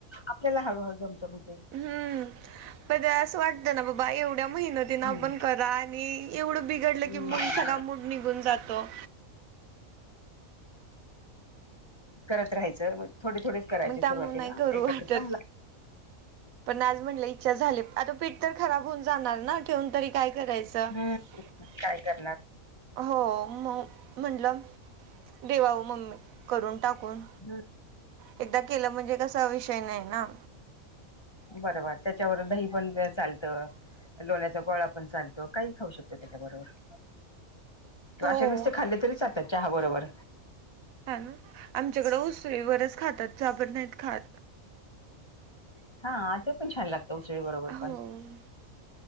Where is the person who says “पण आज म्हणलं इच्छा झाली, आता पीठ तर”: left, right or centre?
Right